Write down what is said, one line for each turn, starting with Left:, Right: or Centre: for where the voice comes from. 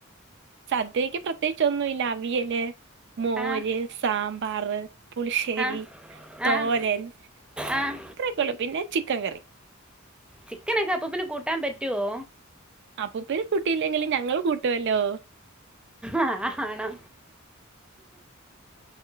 Right: സദ്യക്ക് പ്രത്യേകിച്ച ഒന്നുംല്ല അവിയല് മോര്
Centre: ആഹ്
Right: സാമ്പാർ പുളിശ്ശേരി
Centre: ആഹ്
Right: തോരൻ
Centre: ആഹ് ആഹ്
Right: അത്രൊക്കെയള്ള പിന്നെ ചി ക്കകറി
Centre: ചിക്കനൊക്കെ അപ്പപ്പന് കൂട്ടാൻ പറ്റുവോ?
Right: അപ്പൂപ്പൻ കൂട്ടിയില്ലെങ്കില് ഞങ്ങൾ കൂട്ടുവല്ലോ
Centre: ആഹ ആണോ?